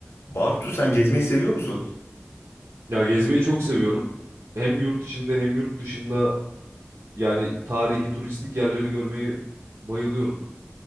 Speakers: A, on the left; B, on the right.
A: Bartu sen gezmeyi seviyor musun?
B: Ya gezmeyi çok seviyorum. Hem yurt içinde hem yurt dışında yani tarihi turistik yerleri görmeyi bayılıyorum.